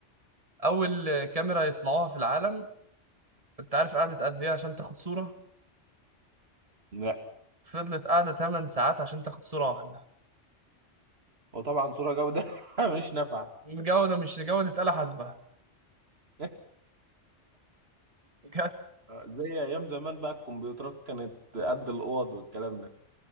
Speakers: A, on the right; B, on the right.
A: اول كاميرا يصنعوها في العالم انت عارف قعدت قد ايه عشان تاخد صوره
B: لا
A: فضلت قاعده 8 ساعات عشان تاخد صوره واحده
B: وطبعا صورة جودة <laughs> مش نافعة
A: جوده مش جوده آلة حاسبه
B: <laughs>
A: جت
B: زي ايام زمان بقى الكمبيوترات كانت قد الاوض والكلام ده